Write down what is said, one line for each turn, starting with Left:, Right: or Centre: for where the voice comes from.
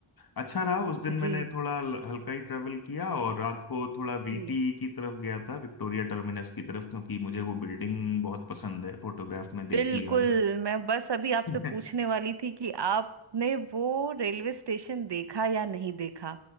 Left: अच्छा रहा उस दिन मैंने
Right: जी
Left: थोड़ा ल- हल्का ही ट्रेवल किया और रात को थोड़ा वीटी
Right: जी
Left: की तरफ गया था विक्टोरिया टर्मिनस की तरफ क्योंकि मुझे वो बिल्डिंग बहुत पसंद है फोटोग्राफ में देखी
Right: बिल्कुल
Left: है मैंने
Right: मैं बस अभी आपसे
Left: <laughs>
Right: पूछने वाली थी कि आपने वो रेलवे स्टेशन देखा या नहीं देखा